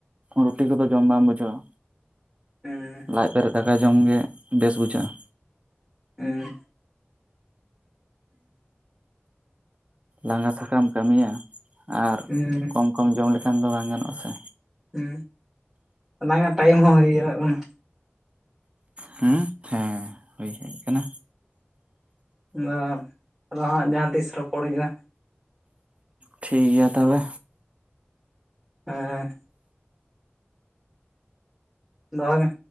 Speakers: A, on the right (about 30°); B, in the centre.
A: ᱨᱩᱴᱤ ᱠᱚᱫᱚ ᱡᱚᱢ ᱵᱟᱢ ᱵᱩᱡᱷᱟᱹᱣᱟ
B: ᱦᱩᱸ
A: ᱞᱟᱡ ᱯᱮᱨᱮᱡ ᱫᱟᱠᱟ ᱡᱚᱢᱜᱮ ᱵᱮᱥ ᱵᱩᱡᱷᱟᱹᱜᱼᱟ
B: <unintelligible>
A: ᱞᱟᱸᱜᱟ ᱥᱟᱷᱟᱠᱟᱢ ᱠᱟᱹᱢᱤᱭᱟ ᱟᱨ
B: ᱦᱩᱸ
A: ᱠᱚᱢ ᱠᱚᱢ ᱡᱚᱢ ᱞᱮᱠᱷᱟᱱ ᱫᱚ ᱵᱟᱝ ᱜᱟᱱᱚᱜᱼᱟ ᱥᱮ
B: ᱦᱩ ᱚᱞᱟᱝᱟᱜ ᱴᱟᱭᱤᱢ ᱦᱚᱸ ᱦᱚᱭ <unintelligible>
A: ᱦᱩ ᱦᱮᱸ ᱦᱳᱭ ᱦᱮᱡ ᱠᱟᱱᱟ
B: ᱟᱫᱚ ᱟᱨ ᱟᱫᱚ ᱦᱟᱸᱜ ᱡᱟᱦᱟᱸ ᱛᱤᱥ ᱨᱚᱯᱚᱲ ᱦᱩᱭᱩᱜᱼᱟ
A: ᱴᱷᱤᱠ ᱜᱮᱭᱟ ᱛᱚᱵᱮ
B: ᱦᱮᱸ ᱫᱚᱦᱚᱭ ᱢᱮ